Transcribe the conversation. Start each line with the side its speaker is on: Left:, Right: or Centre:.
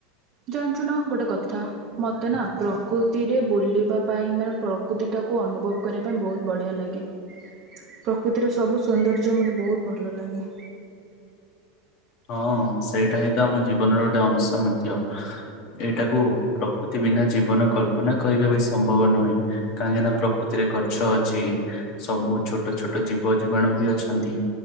Right: ଜାଣିଞ୍ଚୁନ ଗୋଟେ କଥା ମତେ ନା ପ୍ରକୃତିରେ ବୁଲିବା ପାଇଁ ମାନେ ପ୍ରକୃତି ଟା ତାକୁ ଅନୁଭବ କରିବା ପାଇଁ ବହୁତ ବଢ଼ିଆ ଲାଗେ ପ୍ରକୃତିର ସବୁ ସୌନ୍ଦର୍ଯ୍ୟ ମତେ ବହୁତ ଭଲ ଲାଗେ
Left: ହଁ ସେଇଟା ହିଁ ତ ଆମ ଜୀବନର ଗୋଟେ ଅଂଶ ମଧ୍ୟ ଏଇଟାକୁ ପ୍ରକୃତି ବିନା ଜୀବନ କଳ୍ପନା କରିବା ବି ସମ୍ଭବ ନୁହେଁ କାହିଁକିନା ପ୍ରକୃତିରେ ଗଛ ଅଛି ସବୁ ଛୋଟ ଛୋଟ ଜୀବ ଜୀବାଣୁ ବି ଅଛନ୍ତି